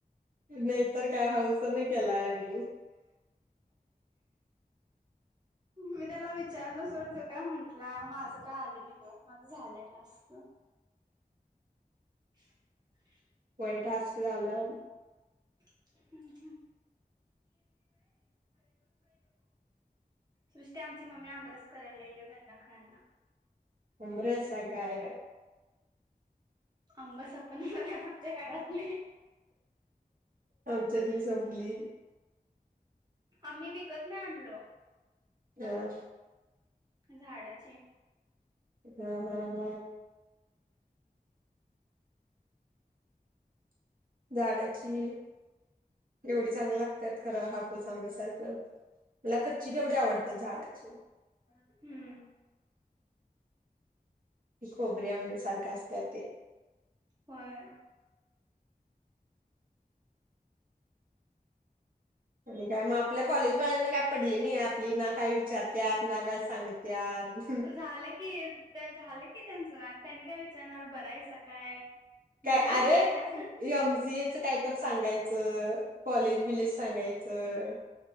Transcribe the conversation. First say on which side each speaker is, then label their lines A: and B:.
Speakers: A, on the right; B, on the right.
A: नाइतर काय हाऊस त नी केलायनी
B: मी त्याला विचारलं सोड तो का म्हंटला माझं का आलेलं नाइये माझं झालंय टास्कं <unintelligible>
A: व्हय टास्क झालं
B: <unintelligible> नुसती आमची मम्मी आमरस करायला ये घरला खायला.
A: आमरस आ गया या
B: आंबा सपान झाला तुमच्या घरातली.
A: आमच्यातली संपली!
B: आम्ही विकत नाइ आणलं.
A: <unintelligible>
B: झाडाचे
A: ह ह ह. झाडाची एवढी चांगली लागत्यात खरं हापूस आंब्यासारखं मला कच्ची तेवढी आवडत्यात झाडाची.
B: हम्म.
A: खोबरे आंब्यासारखे असत्या ते.
B: होय.
A: आणि काय मग आपल्या कॉलेजवाल्यांना काय पडली नाही आपली ना काय विचारत्यात न काय सांगत्यात.
B: झालं की झालं की त्यांच त्यांनी काय विचारणार बरहाईसा काय
A: काय
B: भूक लागली
A: अरे
B: का
A: एमसीए कायतर सांगायचं कॉलेज बिलेज सांगायचं